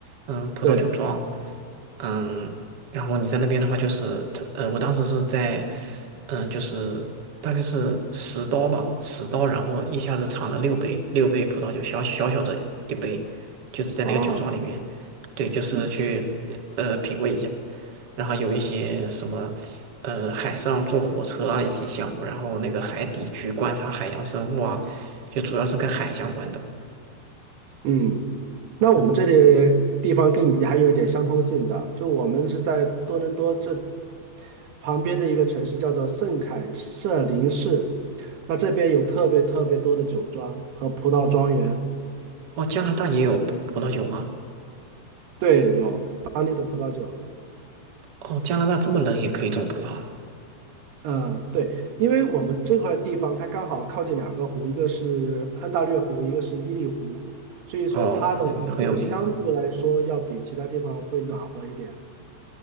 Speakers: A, on the right; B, on the right.
A: 嗯，葡萄酒庄，
B: 对，
A: 嗯。然后你在那边的话，就是呃，我当时是在，嗯、就是大概是十刀吧，十刀，然后一下子尝了六杯，六杯葡萄酒，小小小的一杯，就是在那个酒庄里面，
B: 哦，
A: 对，就是去呃品味一下，
B: 嗯
A: 然后有一些什么呃海上坐火车啊一些项目，然后那个海底去观察海洋生物啊，就主要是跟海相关的。
B: 嗯。那我们这里地方跟你还有一点相通性的，
A: 嗯，
B: 就我们是在多伦多这旁边的一个城市，叫做圣凯瑟琳市。那这边有特别特别多的酒庄和葡萄庄园，
A: 哦，加拿大也有葡葡萄酒吗？
B: 对，有当地的葡萄酒。
A: 哦，加拿大这么冷也可以种葡萄啊？
B: 呃，对，因为我们这块地方它刚好靠近两个湖，一个是安大略湖，一个是伊利湖，所以说它的温度相对来说要比其他地方会暖和一点
A: 哦，很很有名。